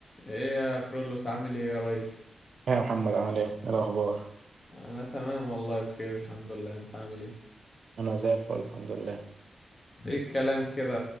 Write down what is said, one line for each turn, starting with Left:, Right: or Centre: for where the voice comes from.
Left: ايه يا كرولوس عامل ايه يا ريس
Right: يا محمد عامل ايه؟ إيه الأخبار؟
Left: انا تمام والله بخير الحمد لله انت عامل ايه
Right: أنا زي الفل الحمد لله
Left: ايه الكلام كده